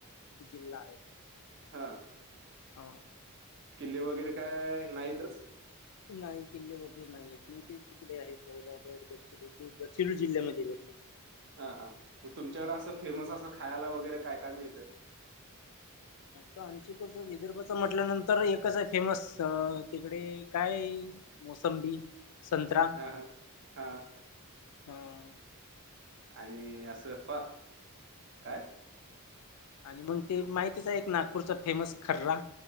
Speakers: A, on the left; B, on the right.
A: जिल्हा आहे
B: हा
A: ह
B: किल्ले वगैरे काय नाहीतच?
A: नाही किल्ले वगैरे नाही आहेत मग ते तिकडे आहेत वैरागडड गड चिरोू जिल्ह्यामध्ये येत मग.
B: हा हा मग तुमच्याकडें असं फेमस असं खायला वगैरे काय काय मिळतं?
A: तर आमच्याकडच विदर्भाचा म्हटल्यानंतर एकच आहे फेमस तिकडे काय मोसंबी संंतरा
B: हा हा हा
A: अं
B: आणि असं फ, काय?
A: आणि मग ते माहितीच आहे एक नागपूरचा फेमस खर्रा